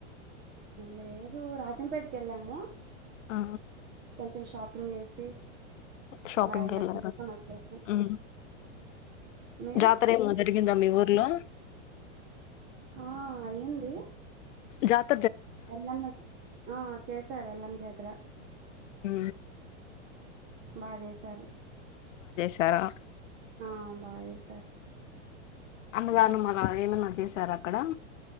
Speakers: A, on the right; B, on the left.
A: లేదు రాజంపేటకి వెళ్ళాము
B: ఆ
A: కొంచెం షాపింగ్ చేసి
B: షాపింగ్
A: అలా ఇలా
B: ఎళార
A: తీసుకొని వచ్చేసాం
B: ఉ
A: మీరు
B: జాతర ఏమో జరిగిందా మీ ఊర్లో
A: ఆ ఏంది
B: జత
A: ఎల్లమ్మ ఆ చేశారు ఎల్లం జతర
B: ఉ
A: బా చేశారు
B: చాల అ
A: ఆ బా చేసారు
B: అన్నదానం అల ఏమన్నా చేసార అక్కడ